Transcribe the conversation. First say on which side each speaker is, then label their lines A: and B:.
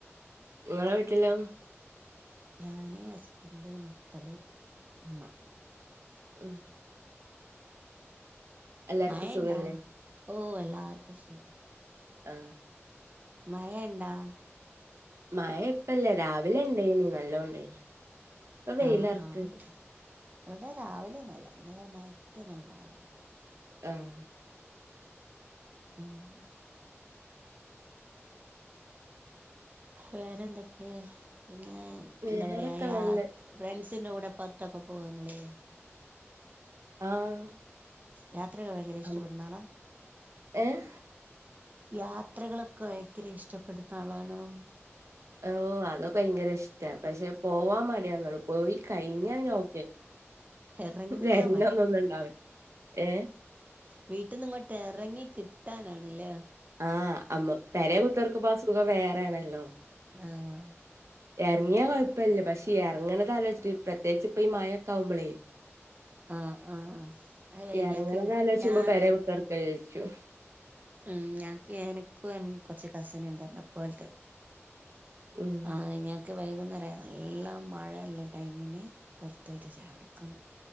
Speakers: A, on the right; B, on the right.
A: ഇങ്ങളെ വീട്ടിലോ?
B: ഞാന് ഹസ്ബന്റ് മക്കള് ഇമ്മ
A: ഹ് എല്ലാർക്കും
B: മഴണ്ടാ.
A: സുഖല്ലേ
B: ഓ എല്ലാർക്കും സുഗ
A: ആ
B: മഴണ്ടാ?
A: മഴ ഇപ്പല്ല രാവിലെണ്ടേനി നല്ലോം ഇണ്ടേനി ഇപ്പൊ വെയിലറക്ക്ണ്ട്
B: ആഹ് ആഹ് ഇവിടെ രാവിലെയൊന്നുല്ല ഇന്നലെ നൈറ്റ് നല്ല മഴയ
A: ആഹ്
B: ആഹ് വേറെന്തൊക്കെയ ഇങ്ങെ
A: വേറൊക്കെ
B: എന്താ പറയാ യാത്
A: നല്ല
B: ഫ്രണ്ട്സിന്റെ കൂടെ പൊർതൊക്കെ പോവുവോ ങ്ങള്?
A: ആഹ്
B: യാത്രക്കെ ഭയങ്കര ഇഷ്ടപ്പെടുന്നാളാ?
A: അം ഏഹ്
B: യാത്രകളൊക്കെ ഭയങ്കര ഇഷ്ടപ്പെടുന്ന ആളാണോ?
A: ഓ അതൊക്കെ ഭയങ്കര ഇഷ്ട പക്ഷെ പോവാൻ മടിയാെന്നോള്ളു പോയി കഴിഞ്ഞ പിന്നൊക്കെ
B: ഇറങ്ങാ
A: വരണന്നു ഒന്നണ്ടാവില്ല ഏ
B: വീട്ടിൽന്നിങ്ങോട്ട് എറങ്ങി കിട്ടാനണല്ലേ
A: ആഹ് അമ്മ പെരെ കുത്തർക്ക്മ്പോ ആ സുഖം വേറെയാണല്ലോ
B: ആഹ്
A: എർങ്ങിയാൽ കുഴപ്പല്ല പക്ഷെ എർങ്ങണതാലോയ്ച്ചിട്ട് പ്രത്യേകിച്ച് ഇപ്പ ഈ മായൊക്കെ ആവുമ്പോളേ
B: ആഹ് ആഹ് അത് വൈഞ്ഞാക്കുണ്ട്
A: എർങ്ങണത് ആലോയ്ച്ചുമ്പോ
B: ഞാൻ
A: പെരെ കുത്തർ ക്കാന്ന് വിചാരിക്കും
B: മ് ഞക്ക് എനക്കു കൊർച്ച് കസിനിണ്ട് എന്നപ്പോൽതെ
A: ഉം
B: അ ഞാക്ക് വൈകുന്നേരായ നല്ല മഴയിള്ള ടൈമിന് പൊർതോയിട്ട് ചായുടിക്കണം